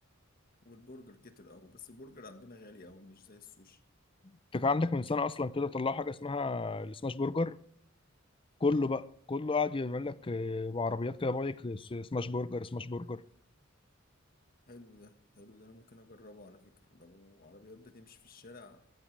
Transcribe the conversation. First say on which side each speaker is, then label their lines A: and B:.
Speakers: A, on the left; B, on the left.
A: والبرجر كتر اوي بس البرجر عندنا غالي اوي مش زي السوشي
B: انت كان عندك من سنه اصلا كده طلعوا حاجه اسمها السماش برجر كله بقى كله قاعد يعمل لك آه، بعربيات كده بايك آه، س- سماش برجر سماش برجر
A: حلو ده حلو ده انا ممكن اجربه على فكرة لو عربيات بتمشي في الشارع